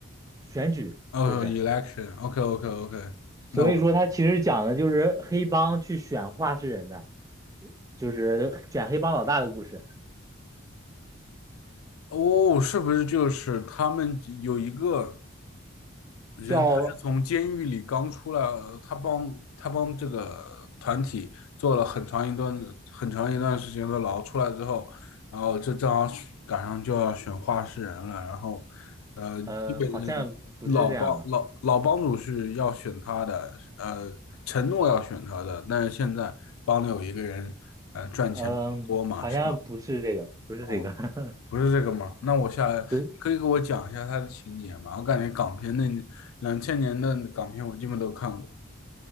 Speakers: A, on the right; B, on the left.
A: 选举，
B: 哦，election，OK
A: 就是
B: OK OK，
A: 所以说它其实讲的就是黑帮去选话事人的，
B: 那我。
A: 就是选黑帮老大的故事，
B: 哦，是不是就是他们有一个人他是从监狱里刚出来，
A: 叫
B: 呃他帮他帮这个团体做了很长一段很长一段时间的牢，出来之后，然后这正好赶上就要选话事人了，然后，呃，
A: 呃好像不是这样的吧，
B: 基本是老帮老老帮主是要选他的，呃，承诺要选他的，但是现在帮里有一个人，呃，赚钱比较多嘛，
A: 嗯、好像不是这个，
B: 是吧？
A: 不是这个，
B: 哦，
A: <laughs>
B: 不是这个吗？那我下来可以给我讲一下它的情节吗？
A: 对，
B: 我感觉港片那两千年的港片我基本都看过。